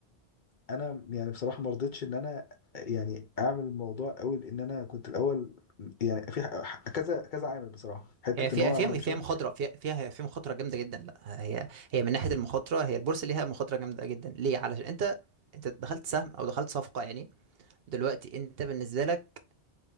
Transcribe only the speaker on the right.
هي فيها
فيها
فيها
مخاطرة فيها فيها فيها مخاطرة جامدة جدا لا هي هي من ناحية المخاطرة هي البورصة ليها مخاطرة جامدة جدا ليه علشان انت انت دخلت سهم او دخلت صفقة يعني دلوقتي انت بالنسبة لك